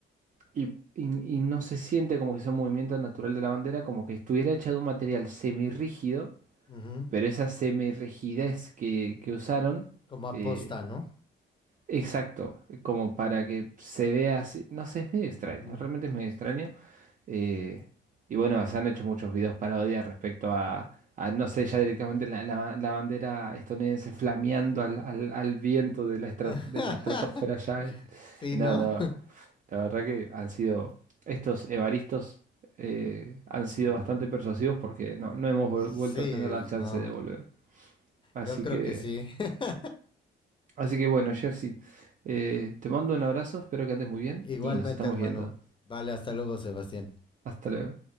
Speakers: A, on the right; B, on the left.
A: Y, y- y no se siente como que sea un movimiento natural de la bandera, como que estuviera hecha de un material semirrígido,
B: ujú,
A: pero esa semirrigidez que, que usaron.
B: Como aposta,
A: eh,
B: ¿no?
A: Exacto, como para que se vea así. No sé, es medio extraño,
B: ujú,
A: realmente es medio extraño. Eh, y bueno, se han hecho muchos videos parodias respecto a, a, no sé,
B: ujú.
A: ya directamente la, la- la bandera estadounidense flameando al, al- al viento de la, estra-
B: <laughs>
A: de la estratosfera ya. este.
B: Sí,
A: Y
B: ¿no?
A: no, no, la verdad que han sido, estos evaristos eh, han sido
B: Mm,
A: bastante persuasivos porque no, no hemos vuel-
B: Sí,
A: vuelto a tener la
B: pues
A: chance
B: no.
A: de volver. Así
B: Yo creo
A: que...
B: que sí. <laughs>
A: Así que bueno, Jersey, eh, te mando un abrazo, espero que andes muy bien
B: Igualmente,
A: y nos estamos
B: hermano.
A: viendo.
B: Vale, hasta luego, Sebastián.
A: Hasta luego.